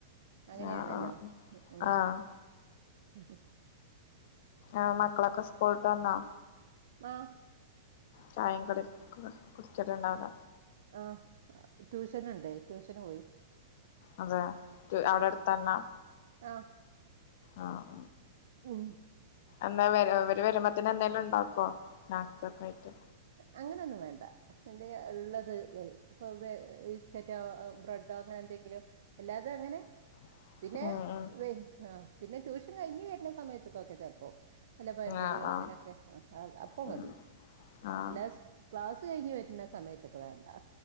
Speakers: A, on the right; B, on the left.
A: അങ്ങനെയാണല്ലോ
B: ആഹ് ആഹ്
A: മ്മ്
B: ആഹ്
A: <inaudible>
B: ആ മക്കളൊക്കെ സ്കൂളിട്ട് വന്നോ
A: ആ
B: ചായ കടിം കുടിച്ചിട്ടുണ്ടാവല
A: ആ ട്യൂഷൻ ഉണ്ടേ ട്യൂഷന് പോയി.
B: അതെ അവിടെ
A: ഉം
B: അടുത്തന്നെ
A: ആഹ്
B: ആഹ
A: മ്മ്
B: എന്നവരു വരു വരുമ്പോത്തിന് എന്തേലും ഉണ്ടാക്കോ സ്നേക്സ് ഒക്കെയിട്ട്
A: അങ്ങനെയ ഒന്നും വേണ്ട എന്ത ഉള്ളത് ഇ ബിസ്ക്കറ്റോ ബ്രെഡോ അങ്ങനെ എന്തെങ്കിലോ അല്ലാതെ അങ്ങനെ
B: <inaudible>
A: പിന്നെ
B: ഉം
A: ആ പിന്നെ ട്യൂഷൻ കഴിഞ്ഞഞ് വരുന്ന സമയത്തക്കൊക്കെ ചെിലപ്പോ ആവും അല്ല പയംമ്പൊരിയോ
B: ആഹ് ആഹ്
A: അങ്ങനെയൊക്കെ ആ അപ്പ
B: ഉം
A: മതി
B: ആഹ്
A: എല്ലാ ക്ലസ് കഴിഞ്ഞ് വരുന്ന സമയത്തൊക്കെ വേണ്ട